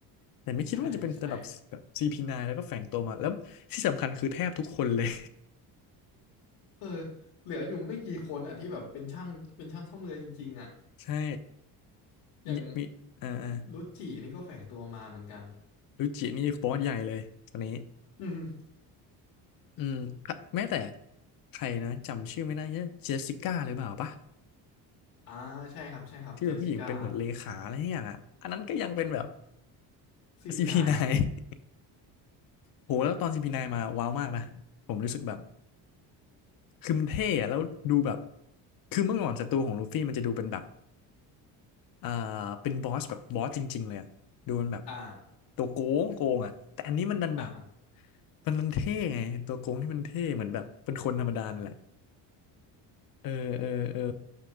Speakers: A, on the left; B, on the left.
A: แต่ไม่คิดว่าจะเป็นระดับแบบ
B: ใช่ใช่
A: CP9 แล้วก็แฝงตัวมาแล้วที่สำคัญคือแทบทุกคนเลย
B: เออเหลืออยู่ไม่กี่คนอ่ะที่แบบเป็นช่างเป็นช่างซ่อมเรือจริงๆอ่ะ
A: <laughs> ใช่
B: อย่าง
A: มีมีอ่าอ่า
B: รุจินี่ก็แฝงตัวมาเหมือนกัน
A: รุจินี่บอสใหญ่เลยคนนี้
B: อืม
A: อืมแม้แต่ใครนะจำชื่อไม่ได้เจสสิก้าหรือเปล่าปะ
B: อ่าใช่ครับใช่ครับเจสสิก้า
A: ที่เป็นผู้หญิงเป็นเหมือนเลขาอะไรอย่างอ่ะอันนั้นก็ยังเป็นแบบ
B: ซีพีไนน์อ่ะ
A: CP9 <laughs> โหแล้วตอน CP9 มาว้าวมากนะผมรู้สึกแบบคือมันเท่อะแล้วดูแบบคือเมื่อก่อนศัตรูของลูฟี่มันจะดูเป็นแบบอ่าเป็นบอสแบบบอสจริงๆเลยอะดูเป็นแบบ
B: อ่า
A: ตัวโกงโกงอ่ะแต่อันนี้มันดันแบบ
B: อ่า
A: มันดันเท่ไงตัวโกงที่มันเท่เหมือนแบบเป็นคนธรรมดานั่นแหละเออเออเออ